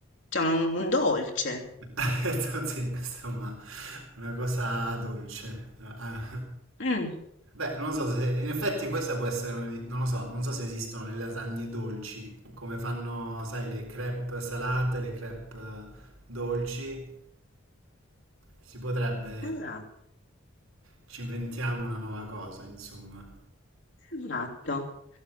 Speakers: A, on the left; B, on the right.
A: cioè un un dolce.
B: Certo, <laughs> Sì, insomma, una cosa dolce. Ah.
A: Mh,
B: Beh, non lo so se, in effetti questa può essere, un- non lo so, non so se esistono le lasagne dolci, come fanno, sai, le crepe salate, le crepe dolci. Si potrebbe,
A: esa
B: ci inventiamo una nuova cosa, insomma.
A: Esatto.